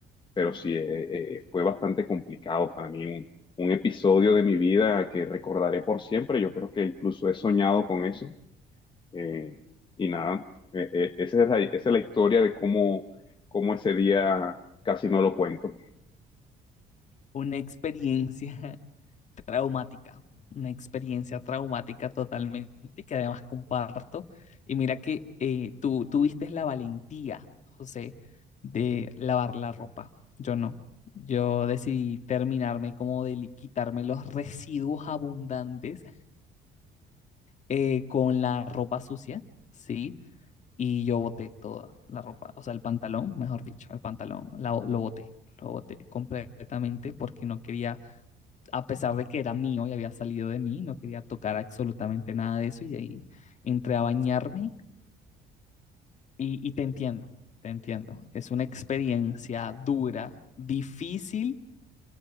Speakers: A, on the left (about 30°); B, on the left (about 45°).
A: pero sí, eh, eh, fue bastante complicado para mí, un, un episodio de mi vida que recordaré por siempre, yo creo que incluso he soñado con eso, eh, y nada, eh, eh, esa es la, esa es la historia de cómo, cómo ese día casi no lo cuento
B: Una experiencia traumática, una experiencia traumática totalmente que además comparto. Y mira que eh, tú tuviste la valentía, José, de lavar la ropa. Yo no. Yo decidí terminarme como de li- quitarme los residuos abundantes eh, con la ropa sucia, ¿sí? Y yo boté toda la ropa, o sea, el pantalón, mejor dicho, el pantalón, la- lo boté, lo boté completamente porque no quería a pesar de que era mío y había salido de mí, no quería tocar absolutamente nada de eso y de ahí entré a bañarme y, y te entiendo, te entiendo. Es una experiencia dura, difícil,